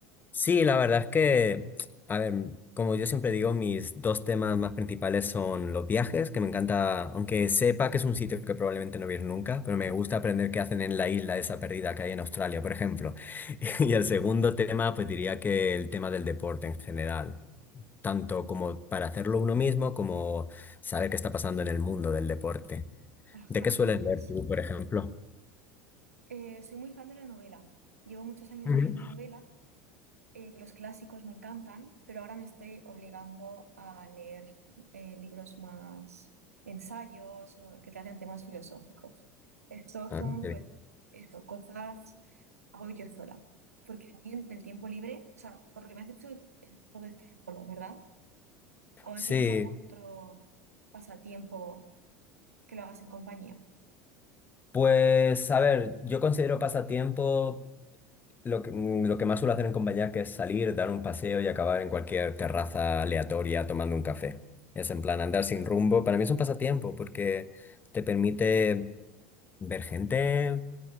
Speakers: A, on the left; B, on the right.
A: Sí, la verdad es que, a ver, como yo siempre digo, mis dos temas más principales son los viajes, que me encanta, aunque sepa que es un sitio que probablemente no voy a ir nunca, pero me gusta aprender qué hacen en la isla esa perdida que hay en Australia, por ejemplo. <laughs> Y el segundo tema, pues diría que el tema del deporte en general, tanto como para hacerlo uno mismo, como saber qué está pasando en el mundo del deporte.
B: Ajá,
A: ¿De qué
B: entonces,
A: sueles leer tú, por ejemplo?
B: eh, soy muy fan de la novela. Llevo muchos años
A: Ujú.
B: leyendo novela. eh, los clásicos me encantan, pero ahora me estoy obligando a leer eh, libros más ensayos o que traten temas filosóficos. Estos
A: Ah,
B: son,
A: ok.
B: pues, esto, cosas que hago yo sola. Porque a ti en el tiempo libre, o sea, por lo que me has dicho, es todo estar solo, ¿verdad? ¿O
A: Sí,
B: tienes algún otro pasatiempo? que lo hagas en compañía.
A: pues a ver, yo considero pasatiempo lo que, mm, lo que más suelo hacer en compañía, que es salir, dar un paseo y acabar en cualquier terraza aleatoria tomando un café. Es en plan andar sin rumbo. Para mí es un pasatiempo porque te permite ver gente,